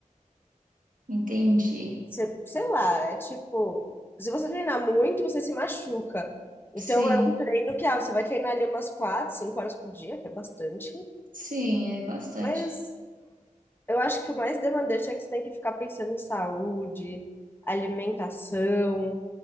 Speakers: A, on the right; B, on the left.
A: entendi.
B: Cê- sei lá, é tipo, se você treinar muito, você se machuca. Então
A: Sim.
B: é um treino que, ah, você vai treinar ali umas quatro, cinco horas por dia, que é bastante,
A: Sim, é bastante.
B: mas eu acho que o mais demandante é que você tem que ficar pensando em saúde, alimentação,